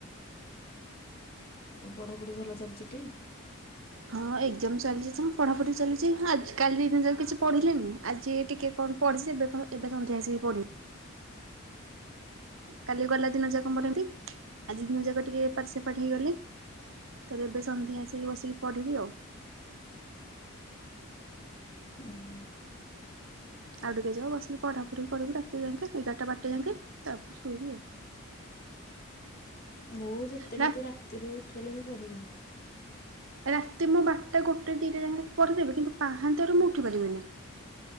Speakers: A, on the left; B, on the right.
A: ଆଉ ପଢ଼ାପଢ଼ି ଭଲ ଚାଲିଛି ଟି?
B: ହଁ ଏକ୍ଜାମ ଚାଲିଛି ତ ପଢାପଢି ଚାଲିଛି ଆ କାଲି ଦିନ ଯାକ କିଛି ପଢିଲିନି ଆଜି ଟିକେ, କଣ ପଢି ଏ ଏବେ ସନ୍ଧ୍ୟା ଆସିକି ପଢିବି। କାଲି ଗଲା ଦିନ ଯାକ ଏମିତି ମୋର ଆଜି ଦିନ ଯାକ ଟିକେ ଏପାଟ ସେପାଟ ହେଇଗଲି। ତ ଏବେ ସନ୍ଧ୍ୟା ଆସିକି ବସିକି ପଢ଼ିବି ଆଉ
A: ହୁଁ।
B: ଆଉ ଟିକେ ଯାଉ ବସିକିପଢାପଢି କରିବୁ ରାତି ଯାକେ ଏଗାରଟା ବାରଟା ଯାକି ତାପରେ ଶୋଇବି ଆଉ
A: ମୁଁ ଯେତେ
B: ରା
A: ମୋତେ ରାତିରୁ ଉଠାଇଲେ ମୁଁ ପଢ଼ିବିନି।
B: ରାତି ମୁଁ ବାରଟା ଗୋଟେ ଦିଟା ଯାକେ ପଢ଼ିଦେବି କିନ୍ତୁ ପାହାନ୍ତାରୁ ମୁଁ ଉଠି ପାରିବିନି।